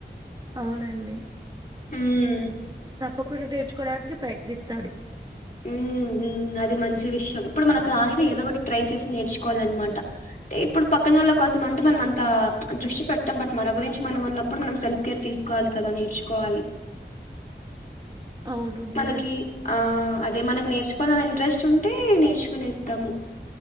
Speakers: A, on the right (about 20°); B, on the left (about 45°).
A: అవునండి.
B: హ్మ్.
A: ఒకరు నేర్చుకోవడానికి ప్రయత్నిస్తాడు
B: మ్ మ్ అది మంచి విషయం ఇప్పుడు మనకు రానిది ఏదో ఒకటి ట్రై చేసి నేర్చు కోవాలన్నమాట ఇప్పుడు పక్కన ఒళ్ళ కోసం అంటే మనం అంత దృష్టి పెట్టాం బట్ మన గురించి మనం ఉన్నప్పుడు మనం సెల్ఫ్ కేర్ తీసుకోవాలి కదా నేర్చుకోవాలి
A: అవును. నిజమే.
B: మనకి ఆ అదే మనకు నేర్చుకోవాలని ఇంట్రెస్ట్ ఉంటే నేర్చుకునేస్తాము